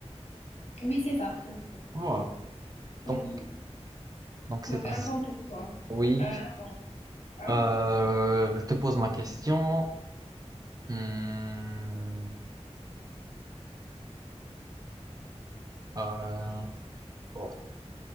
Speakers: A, on the left; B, on the right.
A: Oui, c'est ça, c'est Mercure.
B: Voilà.
A: Ok.
B: Donc, donc c'est
A: Donc,
B: facile.
A: un point pour toi.
B: Oui.
A: Euh, un point. Hein?
B: Euh, je te pose ma question. Hmm. Euh, oh.